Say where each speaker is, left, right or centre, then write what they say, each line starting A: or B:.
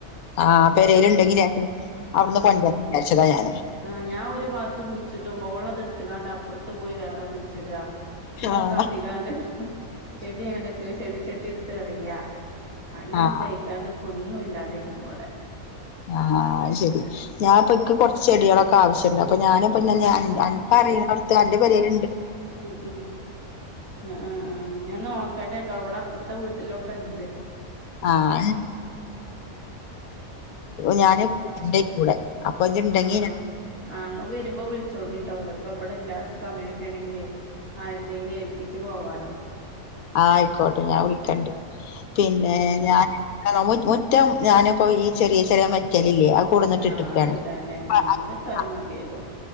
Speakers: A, on the left; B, on the right.
A: ആഹ പെരേൽ ഉണ്ടെങ്കില അവിടുന്ന്
B: ആഹ്
A: കൊണ്ടുവരാമെന്നു വിചാരിച്ചതാ ഞാന്
B: ആഹ് ഞാൻ ഒരു ഭാഗത്ത് കുഴിച്ചിടും മോൾ അത് എടുത്തക്കാണ്ട് അപ്പുറത്ത് പോയി വേറെ കുഴിച്ചിടുക അങ്ങനെ
A: ആ
B: കാട്ടിക്കാണ്ട് ചെടി എടുത്തു ചെടിചെട്ടിയ എടുത്ത് എറിയാ അങ്ങനെെ
A: ആഹ്
B: കഴക്കാണ്ട് ഇപ്പൊ ഒന്നും ഇല്ലാതെ ഇക്കണ അവിടെ
A: ആഹ ശരി ഞാൻപ്പക്ക് കൊറച്ച് ചെടികളൊക്കെ ആവശ്യണ്ട- അപ്പൊ ഞാനിപ്പന്നെ
B: ഉം
A: എനക്കറുന്നടത്ത് അന്റെ പെരേൽ
B: ഉം ഉം ഉ ഉ ആ് ഞാൻ നോക്കട്ടെ ട്ടോ അവിടെ അപ്പറത്തെ വീട്ടിലൊക്കെ- ഇണ്ട്
A: ആ് ഞാന
B: ഉം
A: <unintelligible> കൂടെ അപ്പൊ ഇജ്ണ്ടെങ്കി
B: ആഹ് ആ ആ വരുമ്പോ വിളിച്ചോണ്ടിട്ടോ ഇവിടെ ഇല്ലാത്ത സമയമൊക്കെ ആണെങ്കില്- ആരുടെങ്കിലും ഏൽപ്പിച്ചച്ച് പോവാാലോ
A: ആ ആയിക്കോട്ടെ ഞാൻ വിളിക്കണ്ട് പിന്നെ
B: ഉം
A: ഞാൻ മുറ്റം ഞാനിപ്പോ ഈ ചെറിയ ചെറിയ- ല്ലേ ആ കൂടന്നിട്ട്
B: ആഹ്
A: ഇട്ടിട്ടാണ്
B: അതിടാല്ലേ
A: <unintelligible>
B: ആഹ് അതിട്ടാലും മതിയല്ലോ